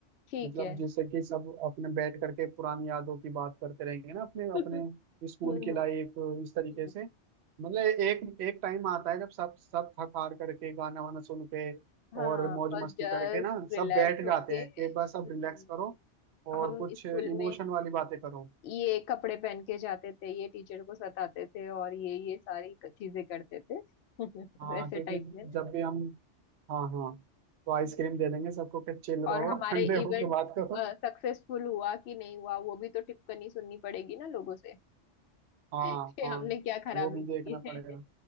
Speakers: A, on the left; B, on the right.
A: ठीक
B: मतलब
A: है
B: जैसे कि सब अपने बैठ करके पुरानी यादों की बात करते रहेंगे ना अपने
A: <laughs>
B: अपने स्कूल
A: हम्म
B: की लाइफ
A: हम्म
B: इस तरीके
A: हम्म,
B: से मतलब एक एक टाइम आता है जब सब सब थक हार करके गाना वाना सुन के
A: हाँ
B: और मौज
A: बस
B: मस्ती
A: जस्ट
B: करके ना
A: रिलैक्स
B: सब बैठ
A: होके
B: जाते हैं कि बस अब
A: हम्म,
B: रिलैक्स करो और
A: हम
B: कुछ
A: स्कूल
B: इमोशन
A: में
B: वाली बातें करो
A: ये कपड़े पहन के जाते थे ये टीचर को सताते थे और ये ये सारी क- चीजें करते थे <laughs>
B: हाँ
A: वैसे
B: क्योंकि
A: टाइप में ना
B: जब भी हम हाँ हाँ तो आइसक्रीम
A: हम्म।
B: दे देंगे सबको कि चिल रहो
A: और हमारे
B: <laughs> ठंडे
A: इवेंट
B: होके बात करो
A: सक्सेसफुल हुआ कि नहीं हुआ वो भी तो टिप्पणी सुननी पड़ेगी ना लोगों से
B: हाँ
A: <laughs> कि
B: हाँ
A: हमने क्या खराबी
B: वो भी
A: की
B: देखना
A: है
B: पड़ेगा